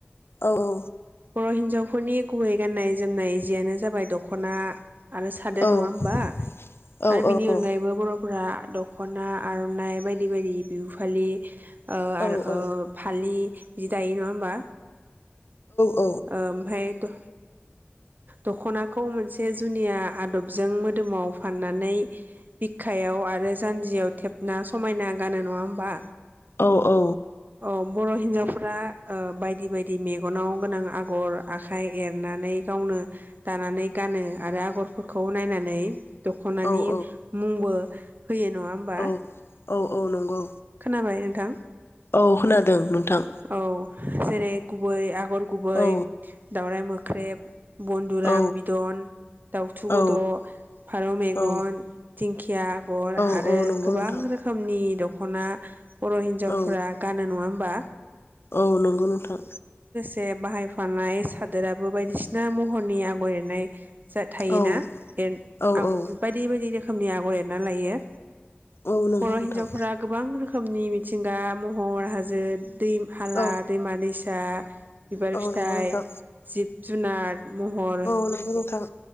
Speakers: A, on the left; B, on the right.
A: औ औ
B: बर' हिन्जावफोरनि गुबै गाननाय जोमनाय जियानो जाबाय दख'ना। आरो सादोर
A: औ
B: नङा होमबा
A: औ
B: आरो
A: औ
B: बिनि अनगायैबो
A: औ
B: बर' फोरा। दख'ना आर'नाइ बायद बायदि बायदि बिहु फालि ओ
A: औ
B: आरो
A: औ
B: ओ फालि! बिदि दायो नङा होमबा।
A: औ
B: ओ आमफ्रहाय द दख'नाखौ मोनसे जुनिया आदबजों मोदोमाव फाननानै! बिखायाव आरो जानजियाव। थेबना समायना गानो नङा होमबा।
A: औ। औ।
B: औ बर' हिन्जावफोरा ओ बायदि बायदि मेगनाव गोनां आगर आखाइ एरनानै गावनो दानानै गानो आरो आगर फोर खौ नायनानै दख'नानि
A: औ
B: मुंबो होयो नङा होमबा।
A: औ औ औ नंगौ।
B: खोनाबाय नोंथां।
A: औ खोनादों नोंथां
B: औ जेरै गुबै आग आगर गुबै
A: औ
B: दावरायाइ मोख ख्रेब बन्दुराम
A: औ
B: बिदन दाउथु
A: औ
B: गद फारौ मेगन
A: औ
B: देंखि या आगर
A: औ
B: आरो
A: नंगौ
B: गोबां
A: नोंथां
B: रोखोमनि द खना बर' हिन्जावफोरा
A: औ
B: गानो नङा ओम बा
A: औ नंगौ नोंथां।
B: जे बाहायफानाय सादोराबो बायदिसिना महरनि आगर एरनाय जा थायोना
A: औ
B: एन
A: औ
B: आग
A: औ
B: बायदि बायदि रो खोमनि आगर एरना लायो
A: औ नंगौ
B: बर'
A: नोंथां।
B: हिन्जावफोरा गोबां रोखोमनि मिथिंगा महर हाजो दै हाला
A: औ
B: दैमा दैसा बिबार
A: औ
B: फिथाइ
A: नंगौ नोंथां
B: जिब जुनार महर
A: औ नंगौ नोंथां